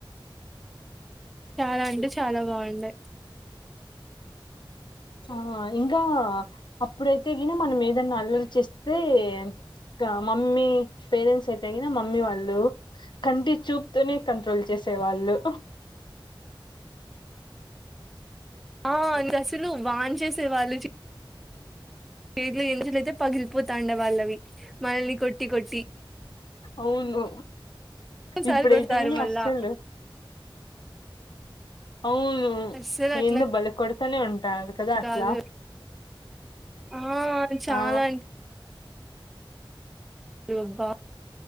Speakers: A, in the centre; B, on the left.
A: చాలా అంటే చాలా బాగుండాయ్
B: ఆహ ఇంగా అప్ ఇప్పుడైతే ఈనా మనం ఏదైనా అల్లరి చేస్తే గా మమ్మీ పేరెంట్స్ అయితేయిగిన మమ్మీ వాళ్ళు కంటి చూపుతోనే కంట్రోల్ చేస్ తె వాళ్ళు
A: ఆ అంది అసలు వాన్ చేసేవాళ్ళు పేట్లు ఎంచలయితే పగిలిపోతాండ వాళ్ళవి మనల్ని కొట్టి కొట్టి
B: అవును
A: సారి
B: ఇప్పుడైతే
A: కొడతారు
B: గానీ
A: మళ్ళా
B: అస్సలు అవును
A: అస్సలు
B: నిన్ను
A: అట్లా
B: బాలే కొడతనేే ఉంటు టాది కాదే అట్లా
A: కాదు ఆ చాలా
B: ఆ
A: ఇవ్వ